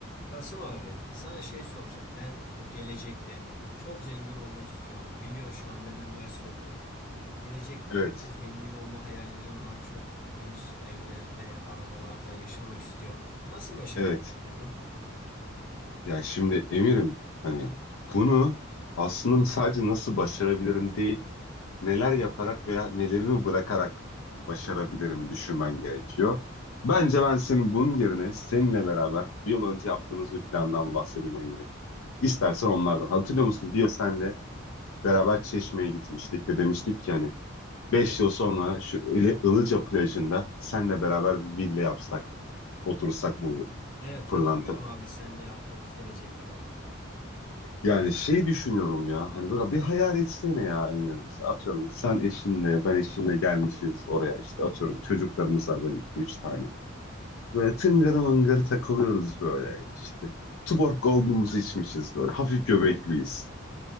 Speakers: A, on the left; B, on the left.
A: Kasım abi sana şey soracağım. Ben bu gelecekte çok zengin olmak istiyorum. Biliyorsun şu an ben üniversite okuyorum. Gelecekte
B: Evet,
A: böyle zengin olma hayallerim var. Çok lüks evlerde, arabalarda yaşamak istiyorum. Nasıl başarabilirim
B: evet.
A: bunu?
B: Ya şimdi Emir'im hani bunu aslında sadece nasıl başarabilirim değil, neler yaparak veya nelerimi bırakarak başarabilirimi düşünmen gerekiyor. Bence ben senin bunun yerine seninle beraber bir yıl önce yaptığımız bir plandan bahsedeyim Emir'im. İstersen onlardan. Hatırlıyor musun? Bir yıl senle beraber Çeşme'ye gitmiştik ve demiştik ki hani 5 yıl sonra şu Ili- Ilıca plajında senle beraber bir villa yapsak, otursak bu
A: Evet
B: pırlanta
A: hatırlıyorum abi seninle yaptığımız gelecek planlarını.
B: Yani şey düşünüyorum ya hani böyle bir hayal etsene ya Emir mesela atıyorum sen eşinle ben eşimle gelmişiz oraya işte atıyorum çocuklarımız var böyle iki üç tane. Böyle tıngır mıngır takılıyoruz böyle işte Tuborg Gold'umuzu içmişiz böyle hafif göbekliyiz.